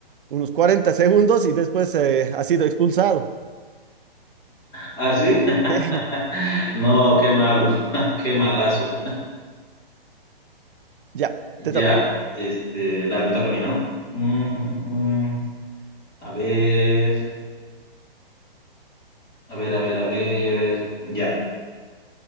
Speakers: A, on the right; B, on the left.
A: unos 40 segundos y después eh, ha sido expulsado.
B: ¿Ah, sí? <laughs>
A: <laughs>
B: no, qué malo, <laughs> qué malazo.
A: Ya,
B: Ya,
A: te toca.
B: este, dale, me toca a mí, ¿no? Mm, <laughs> A ver, a ver, a ver, a ver. Ya.